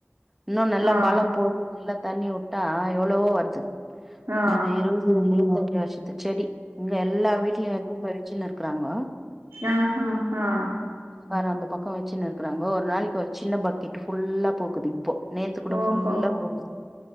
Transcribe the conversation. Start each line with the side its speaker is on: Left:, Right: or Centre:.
Centre: இன்னு நல்லா
Right: ஆ
Centre: பலம் போடுது ல்ல தண்ணி வுட்டா எவ்வளவோ வருது
Right: ஆ ஆ
Centre: இது இருந்துமே <unintelligible> செடி இங்க எல்லா வீட்லயு எடுத்து போய் சின்னு இருக்குராங்கோ
Right: ஆஹ் ஹா ஹா
Centre: வேற அந்த பக்க வச்சுன்னு இருக்கறாங்கோ ஒரு நாளைக்கு ஒரு சின்ன பக்கெட்டு ஃபுல்லா பூக்குது இப்போ நேத்து கூட
Right: ஓஹோ
Centre: ஃபுல்லா பூக்குது